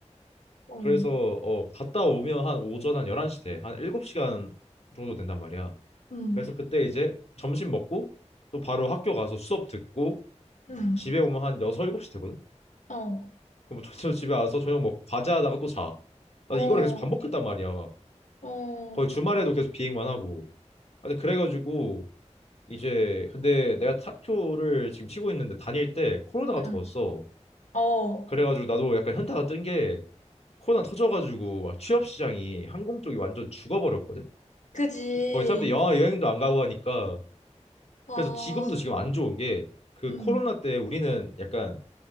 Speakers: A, on the left; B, on the left.
A: 응,
B: 그래서 어 갔다 오면 한 오전 한 11시 돼. 한 7시간 정도 된단 말이야.
A: 응,
B: 그래서 그때 이제 점심 먹고 또 바로 학교 가서 수업 듣고
A: 응.
B: 집에 오면 한 6, 7시 되거든.
A: 어,
B: 그럼 뭐 저녁 집에 와서 저녁 먹고 과제하다가 또 자. 나
A: 어,
B: 이거를 계속 반복했단 말이야.
A: 어,
B: 거의 주말에도 계속 비행만 하고. 하여튼 그래가지고 이제 근데 내가 탁교를 지금 치고 있는데 다닐 때 코로나가
A: 응,
B: 더웠어.
A: 어,
B: 그래가지고 나도 약간 현타가 뜬 게 코로나 터져가지고 막 취업 시장이 항공 쪽이 완전 죽어버렸거든.
A: 그지.
B: 거의 사람들이 영화 여행도 안 가고 하니까
A: 아,
B: 그래서 지금도 지금 안 좋은 게 그
A: 응,
B: 코로나 때 우리는 약간